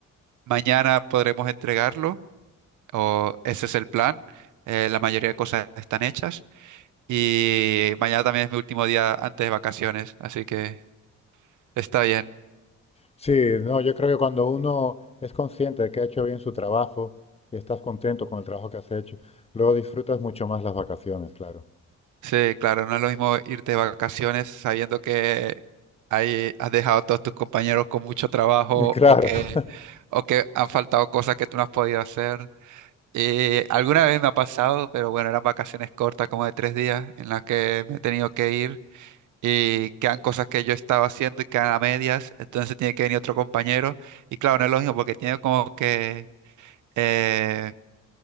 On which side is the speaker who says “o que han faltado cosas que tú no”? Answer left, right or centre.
Right